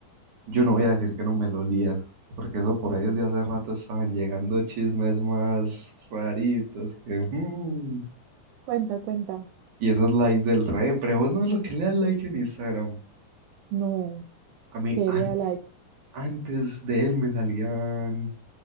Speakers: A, on the right; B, on the right.
A: yo no voy a decir que no me lo olía, porque eso por ahí desde hace rato estaban llegando chismes más raritos que... mm.
B: Cuenta, cuenta.
A: Y esos likes del repre, vos no es lo que le das like en Instagram.
B: No,
A: A mí,
B: que
A: an-
B: le da like.
A: antes de él me salían...